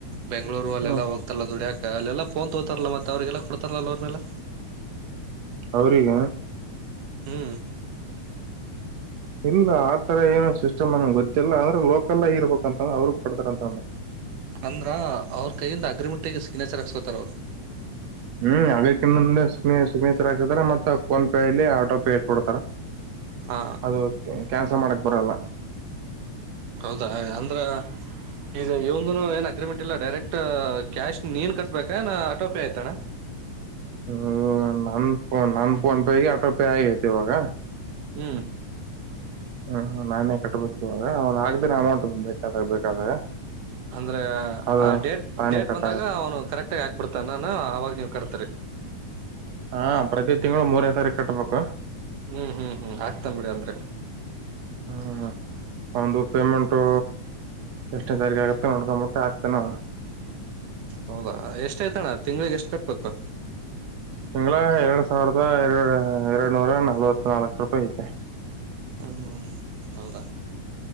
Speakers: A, on the right; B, on the right.
A: ಬೆಂಗ್ಳೂರು ಅಲ್ಲೆಲ್ಲ
B: ಹ್ಮ
A: ಹೋಗ್ತರಲ್ಲ ದುಡ್ಯಕ್ ಅಲ್ಲೆಲ್ಲಾ ಪೋನ್ ತಗೊತಾರಲ್ಲ ಮತ್ ಅವ್ರಿಗೆಲ್ಲ ಕೊಡ್ತಾರಲ್ಲ <unintelligible> ಮೆಲ್ಲ
B: ಅವ್ರಿಗ
A: ಹ್ಮ್
B: ಇಲ್ಲ ಆತರ ಏನು ಸಿಸ್ಟಮ್ ನನ್ಗ್ ಗೊತ್ತಿಲ್ಲ ಅಂದ್ರೆ ಲೋಕಲ್ ಆಗ್ ಇರ್ಬೇಕ್ ಅಂತ ಅವ್ರುಗ್ ಕೊಡ್ತಾರಂತ
A: ಅಂದ್ರ ಅವ್ರ್ ಕೈಯಿಂದ ಅಗ್ರಿಮೆನ್ಟಿಗೆ ಸಿಗ್ನೇಚರ್ ತರವ್ರು
B: ಹ್ಮ್ ಅದಕ್ ಇನ್ನ ಸಿಗ್ <unintelligible> ಹಾಕಿರ್ತರ ಮತ್ತೆ ಫೋನ್ ಪೇಲ್ಲಿ ಆಟೋ ಪೇ ಇಟ್ಕೋಡ್ತಾರ
A: ಹಾ
B: ಅದುಕೆ ಮಾಡಕ್ ಬರಲ್ಲ
A: ಹೌದಾ ಅಂದ್ರ ಈಗ ಇವ್ನ್ದುನು ಏನ್ ಅಗ್ರಿಮೆಂಟ್ ಇಲ್ಲ ಡೈರೆಕ್ಟ್ ಕ್ಯಾಶ್ ನೀನ್ ಕಟ್ಬೇಕಾ ನಾ ಆಟೋ ಪೇ ಅಯ್ತಣ
B: ಹ್ಮ ನನ್ ಫೋ ನನ್ ಫೋನ್ಪೇಗೆ ಆಟೋಪೇ ಆಗೈತಿ ಇವಾಗ
A: ಹ್ಮ್
B: ಹ್ಮ್ ನಾನೇ ಕಟ್ಬೇಕ್ ಇವಾಗ ಅವ್ನ್ ಆಗ್ದ್ರೆ ಅಮೌಂಟ್ ಬೇಕಾದಾಗ್ ಬೇಕಾದಾಗ
A: ಅಂದ್ರೆ
B: ಅದ
A: ಆ ಡೇಟ್
B: ತಾನೇ
A: ಡೇಟ್
B: ಕಟ್ಟಾಗತ್ತೆ
A: ಬಂದಾಗ ಅವ್ನು ಕರೆಕ್ಟ್ ಆಗ ಹಾಕ್ಬಿಡ್ತಾನ ನ ಅವಾಗ್ ನೀವ್ ಕಟ್ತಿರಿ
B: ಹಾ ಪ್ರತಿ ತಿಂಗ್ಳು ಮೂರ್ನೆ ತಾರೀಕ್ ಕಟ್ಬೇಕು
A: ಹ್ಮ್ ಹ್ಮ್ ಹ್ಮ್ ಆಗ್ತನ್ ಬಿಡಿ ಅಂದ್ರೆ
B: ಹಾ ಒಂದು ಪೇಮೆಂಟು ಎಶ್ಟ್ನೇ ತಾರೀಕ್ ಆಗುತ್ತೆ ನೋಡ್ಕೊಂಬಿಟ್ಟೆ ಹಾಕ್ತನೆ ಅವ್ನು
A: ಹೌದಾ ಎಷ್ಟ್ ಐತಣ್ಣ ತಿಂಗ್ಳಿಗೆ ಎಷ್ಟ್ ಕಟ್ಬೇಕು
B: ತಿಂಗ್ಳ ಎರಡ್ ಸಾವಿರದ ಎರ ಎರ್ಡು ನೂರ ನಲ್ವತ್ ನಾಲ್ಕು ರೂಪಾಯಿ ಐತೆ
A: ಹ್ಮ್ ಹೌದ